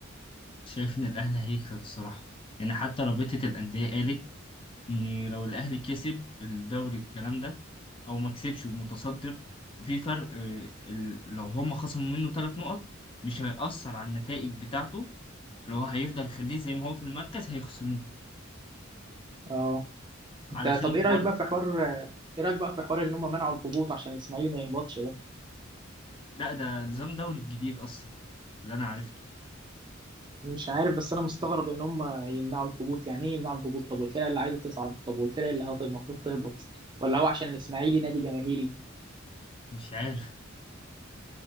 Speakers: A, on the left (about 25°); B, on the right (about 25°).
A: شايف ان الاهلي هيكسب الصراحه يعني حتى رابطه الانديه قالت ان لو الاهلي كسب الدوري والكلام ده او ما كسبش ومتصدر وفي فرق آه، ال- لو هم خصموا منه ثلاث نقط مش هيأثر على النتائج بتاعته لو هو هيفضل يخليه زي ما هو في المركز هيخصموه
B: اه انت
A: علشان
B: طب ايه
A: حوار
B: رايك بقى في حوار ايه رايك بقى في حوار ان هم منعوا الهبوط عشان الاسماعيلي ما يهبطش ده؟
A: لا ده نظام دوري الجديد اصلا اللي انا عرفته
B: مش عارف بس انا مستغرب ان هم يمنعوا الهبوط يعني ايه يمنعوا الهبوط طب والفرق اللي عايزه تصعد طب والفرق اللي هت- المفروض تهبط ولا هو عشان الاسماعيلي نادي جماهيري
A: مش عارف